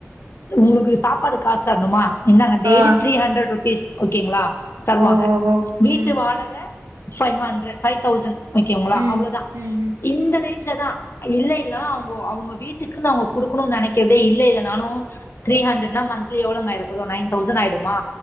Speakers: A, on the left; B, on the right.
A: உங்ளுக்கு சாப்பாடு காசு தரணுமா இந்தாங்க டெய்லி
B: ஆ
A: த்ரீ ஹண்டரட் ருபீஸ் ஓகேங்களா தருவாங்க
B: ஓஹோஹோ
A: வீட்டு
B: ம்
A: வாடக பைவ் ஹண்ட்ரட் ஃபபைவ் தௌசண்ட் ஓகேங்களா
B: ம்
A: அவ்ளோதா
B: ம்ஹும்
A: இந்த ரேஞ்ச்ல தா இல்லைன்னா அவுங் அவுங்க வீட்டுக்குன்னு அவுங் குடுக்ணுனு நெனைக்கிறதே இல்ல இல்ல நானு த்ரீஹண்டரட்னா மந்த்தலி எவ்ளோங்க ஆயிற போவுது நைன் தௌசண்ட் ஆயிடுமா